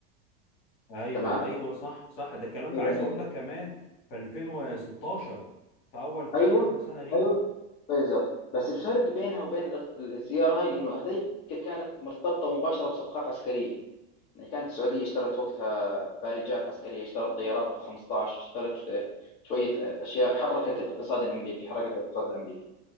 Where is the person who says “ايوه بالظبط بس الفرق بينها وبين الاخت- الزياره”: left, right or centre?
Left